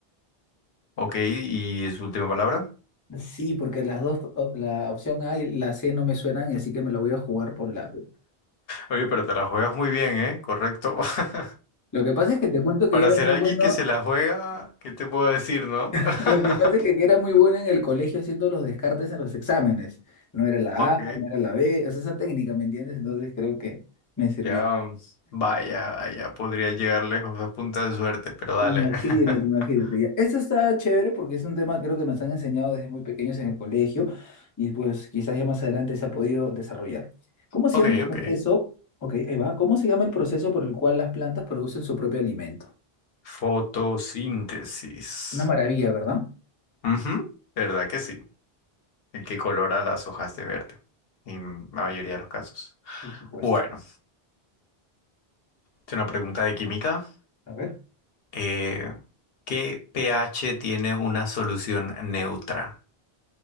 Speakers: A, on the left (about 70°); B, on the left (about 25°).
A: Ok, y es última palabra.
B: Sí, porque las dos, op- la opción A y la C no me suenan, así que me la voy a jugar por la B.
A: Oye, pero te la juegas muy bien, ¿eh? Correcto. <laughs>
B: Lo que pasa es que te cuento que
A: Para
B: yo era
A: ser
B: muy
A: alguien
B: bueno,
A: que se la juega, ¿qué te puedo decir, no?
B: <laughs>
A: <laughs>
B: lo que pasa es que era muy bueno en el colegio haciendo los descartes en los exámenes. No era la
A: Ok,
B: A, no era la B, o sea, esa técnica, ¿me entiendes? Entonces creo que me sirvió.
A: ya, mm, vaya, vaya, podría llegar lejos a punta de suerte, pero dale.
B: Imagínate,
A: <laughs>
B: imagínate. ya. Eso está chévere porque es un tema creo que nos han enseñado desde muy pequeños en el colegio y pues quizás ya más adelante se ha podido desarrollar. ¿Cómo se
A: Ok,
B: llama el proceso?
A: ok.
B: Ok, ahí va. ¿Cómo se llama el proceso por el cual las plantas producen su propio alimento?
A: Fotosíntesis.
B: Una maravilla, ¿verdad?
A: Ujú, ¿Verdad que sí? el que colora las hojas de verde, en la mayoría de los casos.
B: Por supuesto.
A: Bueno, es una pregunta de química.
B: A ver.
A: Eh, ¿qué pH tiene una solución neutra?